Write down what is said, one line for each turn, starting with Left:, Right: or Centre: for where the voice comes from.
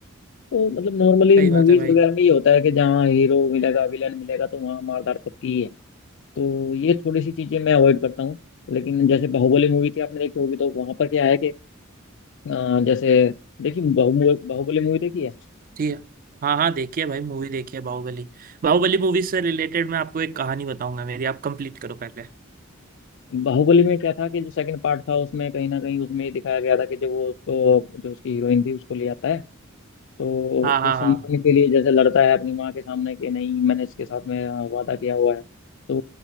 Left: तो मतलब नॉर्मली
Right: सही
Left: मूवीज
Right: बात है भाई
Left: वगैरह में ये होता है कि जहाँ हीरो मिलेगा विलन मिलेगा तो वहाँ मार पक्की है तो ये थोड़ी सी चीजें मैं अवॉइड करता हूँ लेकिन जैसे बाहुबली मूवी थी आपने देखी होगी तो वहां पर क्या है कि अ, जैसे देखिए बाहुबली बाहुबली मूवी देखी है
Right: जी हाँ हाँ देखिए भाई मूवी देखिए बाहुबली बाहुबली मूवी से रिलेटेड मैं आपको एक कहानी बताऊंगा मेरी आप कंप्लीट करो पहले
Left: बाहुबली में क्या था कि जो सेकंड पार्ट था उसमें कहीं ना कहीं उसमें ये दिखाया गया था कि जब वो उसको जो उसकी हीरोइन थी उसको ले आता है तो
Right: हाँ हाँ
Left: उस
Right: हाँ
Left: सम्मान के लिए जैसे लड़ता है अपनी माँ के सामने कि नहीं मैंने इसके साथ में अ, वादा किया हुआ है तो